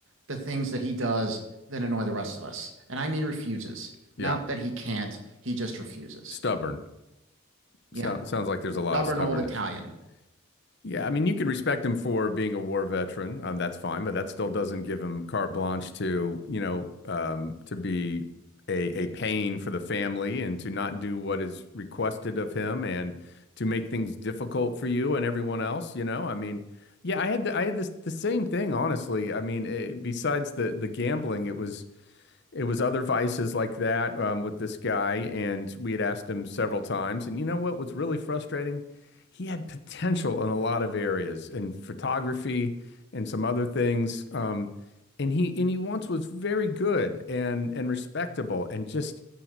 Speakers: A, on the right; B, on the left.
A: the things that he does that annoy the rest of us. And I mean refuses.
B: Yeah.
A: Not that he can't, he just refuses.
B: Stubborn.
A: Yeah.
B: Sounds. sounds like there's
A: Stubborn
B: a lot of stubbornness.
A: old Italian.
B: Yeah. Yeah, I mean, you can respect him for being a war veteran. Um, that's fine, but that still doesn't give him carte blanche to, you know, um, to be a a pain for the family and to not do what is requested of him and to make things difficult for you and everyone else. You know, I mean, yeah, I had the, I had this the same thing, honestly. I mean, eh, besides the the gambling, it was it was other vices like that um, with this guy, and we had asked him several times. And you know what was really frustrating? He had potential in a lot of areas, in photography and some other things. Um, and he and he once was very good and and respectable, and just